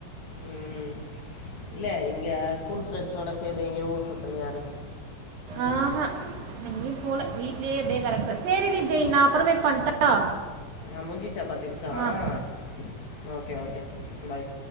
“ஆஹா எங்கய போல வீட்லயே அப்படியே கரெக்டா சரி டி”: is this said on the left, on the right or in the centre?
Right